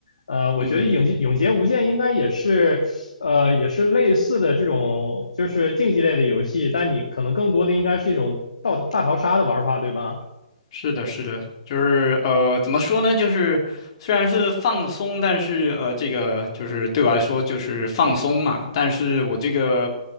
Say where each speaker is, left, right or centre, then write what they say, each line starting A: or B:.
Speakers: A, on the left (about 65°); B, on the left (about 45°).
A: 呃，我觉得《影永劫无间》应该也是呃，
B: 嗯。
A: 也是类似的这种，就是竞技类的游戏，但你可能更多的应该是一种大大逃杀的玩法，对吧？
B: 是的，是的，就是呃，怎么说呢？就是虽然是放松，但是呃，这个就是对我来说就是放松嘛。但是我这个